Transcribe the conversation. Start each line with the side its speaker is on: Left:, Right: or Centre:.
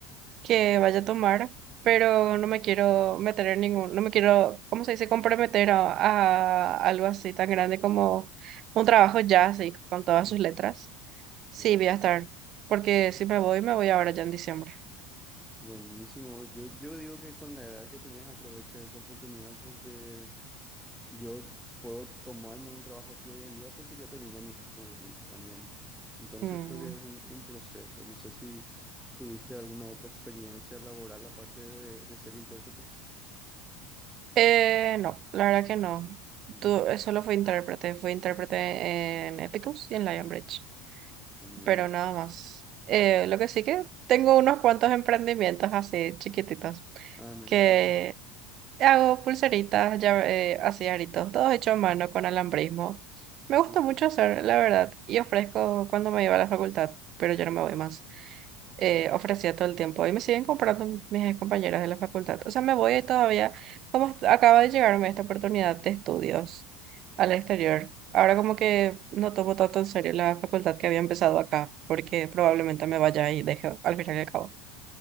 Right: que vaya a tomar, pero no me quiero meter en ningún, no me quiero, ¿cómo se dice?, comprometer a, a algo así tan grande como un trabajo ya, así, con todas
Centre: Ujú,
Right: sus letras. Sí,
Centre: Claro.
Right: voy a estar, porque si me voy, me voy ahora ya en diciembre.
Centre: Buenísimo. Yo, yo digo que con la edad que tenés aproveche esa oportunidad porque yo puedo tomarme un trabajo así hoy en día porque ya terminé mis estudios nomás también. Entonces
Right: Mm.
Centre: creo que es un, un proceso. No sé si tuviste alguna otra experiencia laboral aparte de, de ser intérprete.
Right: Eh, no, la verdad que no.
Centre: Ujú,
Right: Tú, eh, solo fui intérprete, fui intérprete en Epicus y en Lionbridge,
Centre: Genial.
Right: pero nada más. Eh, lo que sí que tengo unos cuantos emprendimientos así chiquititos
Centre: Ah, mira
Right: que
Centre: qué haces.
Right: Hago pulseritas, ya, eh, así aritos, todo hecho a mano con alambrismo. Me gusta
Centre: Uh,
Right: mucho hacer, la verdad, y ofrezco cuando me iba a la facultad, pero ya no me voy más. Eh, ofrecía todo el tiempo y me siguen comprando mis compañeras de la facultad. O sea, me voy todavía, como est- acaba de llegarme esta oportunidad de estudios al exterior. Ahora como que no tomo tanto en serio la facultad que había empezado acá, porque probablemente me vaya y deje al final y al cabo.